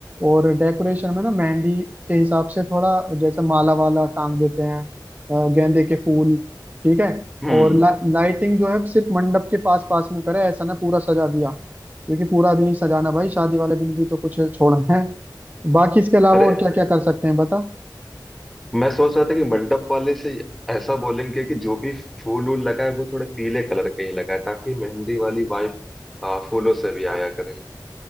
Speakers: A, on the right (about 20°); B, in the centre.
A: और डेकोरेशन में ना मेहंदी के हिसाब से थोड़ा जैसे माला वाला टांग देते हैं अ, गेंदे के फूल ठीक है
B: हम्म
A: और ला, लाइटिंग जो है सिर्फ मंडप के पास पास में करे ऐसा ना पूरा सजा दिया क्योंकि पूरा भी नहीं सजाना भाई शादी वाले दिन भी तो कुछ छोड़ना है बाकी इसके अलावा
B: अरे
A: और क्या क्या कर सकते हैं बता
B: मैं सोच रहा था कि मंडप वाले से ऐसा बोलेंगे कि जो भी फूल वूल लगाए वो थोड़े पीले कलर के ही लगाए ताकि मेहंदी वाली वाइब फूलों से भी आया करे